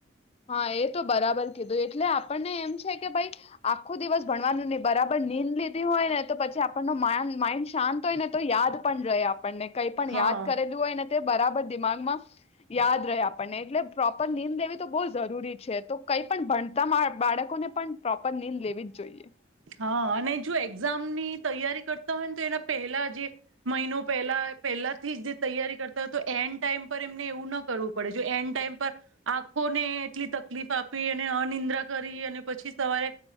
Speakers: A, on the left (about 30°); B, on the right (about 85°).
A: હા એ તો બરાબર કીધું એટલે આપણને એમ છે કે ભાઈ, આખો દિવસ ભણવાનું નહી બરાબર નીંદ લીધી હોય ને તો પછી આપણનો માઇન્ડ શાંત હોય ને તો યાદ પણ રહે. આપણને કંઈ પણ
B: હા
A: યાદ કરેલું હોય ને બરાબર દિમાગમાં યાદ રહે, આપણને એટલે પ્રોપર નીંદ લેવી તો બહુ જરૂરી છે. તો કઈ પણ ભણતા બાળકોને પણ પ્રોપર નીંદ લેવી જ જોઈએ.
B: હા અને જો એક્ઝામ ની તૈયારી કરતા હોય ને તો એના પહેલા જે મહિનો પહેલા પહેલા થી જ જે તૈયારી કરતા હોય તો એન્ડ ટાઈમ પર એમને એવું ના કરવું પડે જો, એન્ડ ટાઈમ પર આંખોને એટલી તકલીફ આપી અને અનિદ્રા કરી અને પછી સવારે